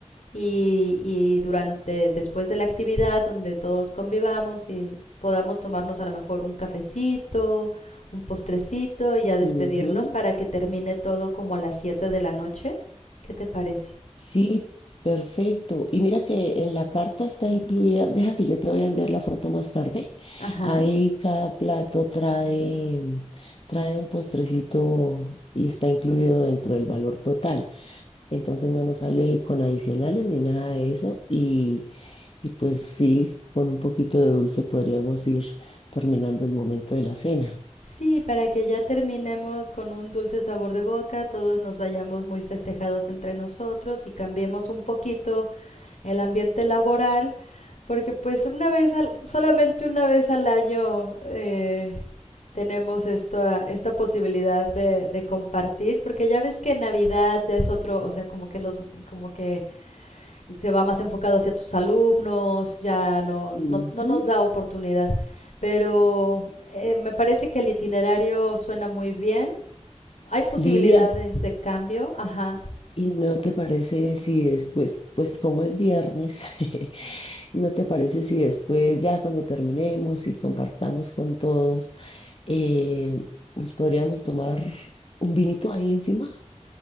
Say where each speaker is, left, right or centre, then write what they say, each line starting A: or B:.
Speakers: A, on the left; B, on the left.
A: y, y durante, después de la actividad donde todos convivamos y podamos tomarnos a lo mejor un cafecito, un postrecito y ya despedirnos
B: Ujú.
A: para que termine todo como a las 7 de la noche. ¿Qué te parece?
B: Sí, perfecto. Y mira que en la carta está incluida, deja que yo te voy a enviar la foto más tarde.
A: Ajá.
B: Ahí cada plato trae, trae un postrecito y está incluido dentro del valor total. Entonces no nos sale con adicionales ni nada de eso. Y, y pues sí, con un poquito de dulce podríamos ir terminando el momento de la cena.
A: Sí, para que ya terminemos con un dulce sabor de boca, todos nos vayamos muy festejados entre nosotros y cambiemos un poquito el ambiente laboral, porque pues una vez, al- solamente una vez al año eh, tenemos esta, esta posibilidad de, de compartir, porque ya ves que Navidad ya es otro, o sea, como que los, como que se va más enfocado hacia tus alumnos, ya no, no,
B: Ujú.
A: no nos da oportunidad. Pero eh, me parece que el itinerario suena muy bien. Hay posibilidades
B: Lilia,
A: de cambio, ajá.
B: ¿Y no te parece si después, pues como es viernes, <laughs> no te parece si después, ya cuando terminemos y compartamos con todos, eh, nos podríamos tomar un vinito ahí encima?